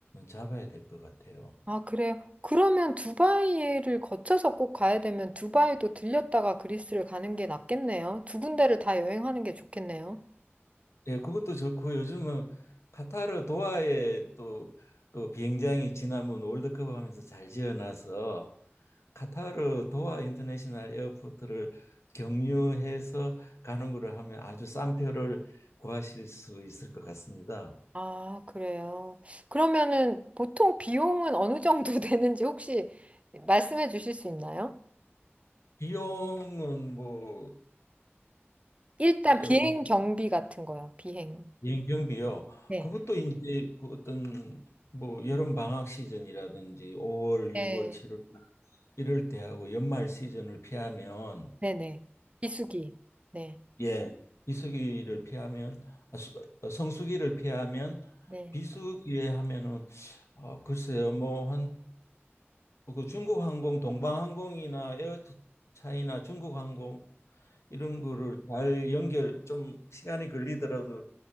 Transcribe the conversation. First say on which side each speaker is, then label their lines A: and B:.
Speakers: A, on the left (about 85°); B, on the right (about 30°).
A: 잡아야 될 것 같아요.
B: 아, 그래요. 그러면 두바이를 거쳐서 꼭 가야 되면 두바이도 들렸다가 그리스를 가는 게 낫겠네요. 두 군데를 다 여행하는 게 좋겠네요.
A: 예, 그것도 좋고 요즘은 카타르 도하에 또 그 비행장이 지난번 월드컵 하면서 잘 지어놔서 카타르 도하 인터내셔널 에어포트를 경유해서 가는 거를 하면 아주 싼 표를 구하실 수 있을 것 같습니다.
B: 아, 그래요. 그러면은 보통 비용은 어느 정도 <laughs> 되는지 혹시 말씀해 주실 수 있나요?
A: 비용은 뭐
B: 일단 비행
A: 여러
B: 경비 같은 거요. 비행.
A: 비행 경비요.
B: 네.
A: 그것도 이제 그 어떤 뭐 여름 방학 시즌이라든지 5월,
B: 네.
A: 6월, 7월 이럴 때 하고 연말 시즌을 피하면
B: 네네. 비수기. 네.
A: 예, 비수기를 피하면 아, 수- 어, 성수기를 피하면
B: 네.
A: 비수기에 하면은 어, 글쎄요 뭐 뭐 그 중국항공, 동방항공이나 에어차이나 중국항공 이런 거를 잘 연결 좀 시간이 걸리더라도